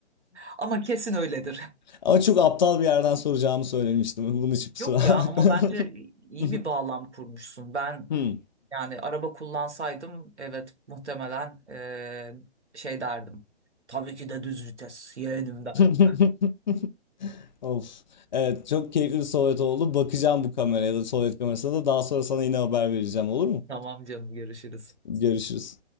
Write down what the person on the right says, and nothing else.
<laughs> Ama kesin öyledir.
Yok
ya ama bence iyi
bir bağlam kurmuşsun. Ben
yani araba kullansaydım evet muhtemelen eee, şey derdim. Tabii ki de düz vites yeğenim derdim.
<laughs>
Tamam canım görüşürüz.